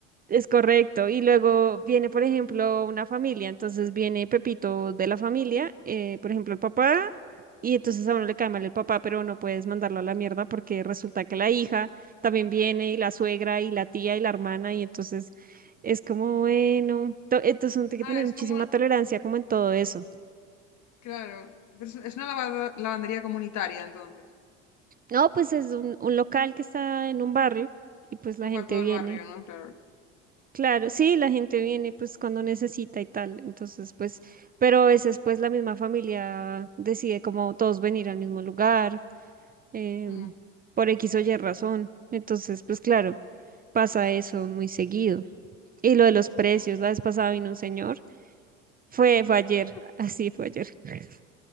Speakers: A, on the right (about 25°); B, on the left (about 50°).
A: Es correcto. Y luego viene, por ejemplo, una familia. Entonces viene Pepito de la familia, eh, por ejemplo, el papá. Y entonces a uno le cae mal el papá, pero no puedes mandarlo a la mierda porque resulta que la hija también viene y la suegra y la tía y la hermana. Y entonces es como, bueno, to- entonces uno tiene
B: Ah,
A: que tener
B: es
A: muchísima
B: como,
A: tolerancia como en todo eso.
B: claro, pero es, es una lavado- lavandería comunitaria, entonces,
A: No, pues es un, un local que está en un barrio y pues
B: como
A: la gente
B: para todo
A: viene
B: el barrio, ¿no? Claro.
A: Claro, sí, la gente viene pues cuando necesita y tal, entonces pues, pero a veces pues la misma familia decide como todos venir al mismo lugar, em,
B: Mm,
A: por X o Y razón, entonces pues claro, pasa eso muy seguido. Y lo de los precios,
B: mm,
A: la vez pasada vino un señor, fue, fue ayer,
B: mm,
A: <laughs> así fue ayer. <laughs>